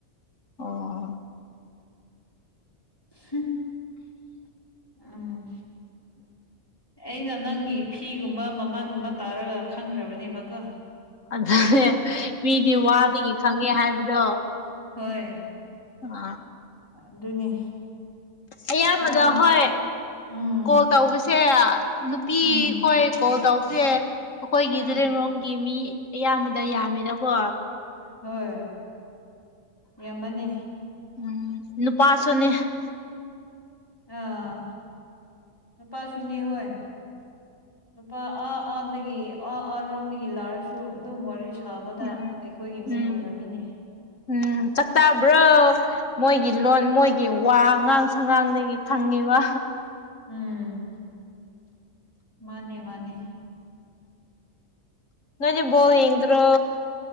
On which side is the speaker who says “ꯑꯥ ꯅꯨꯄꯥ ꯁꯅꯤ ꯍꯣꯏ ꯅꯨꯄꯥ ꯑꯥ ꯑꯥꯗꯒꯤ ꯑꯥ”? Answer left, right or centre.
Left